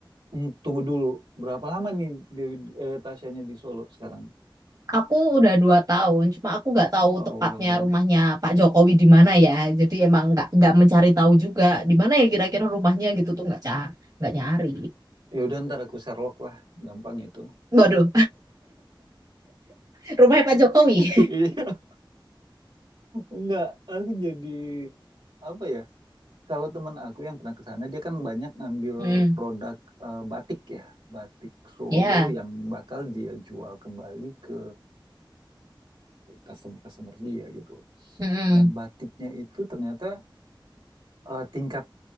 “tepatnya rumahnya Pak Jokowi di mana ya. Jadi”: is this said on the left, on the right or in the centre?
Right